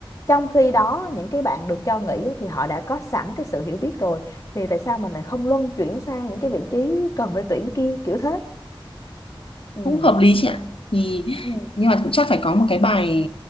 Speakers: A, on the left (about 35°); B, on the left (about 80°).
A: trong khi đó những cái bạn được cho nghỉ á, thì họ đã có sẵn cái sự hiểu biết rồi thì tại sao mình lại không luân chuyển sang những cái vị trí cần phải tuyển kia kiểu thế ừ.
B: cũng hợp lý chị ạ thì
A: Ừ.
B: nhưng mà cũng chắc phải có một cái bài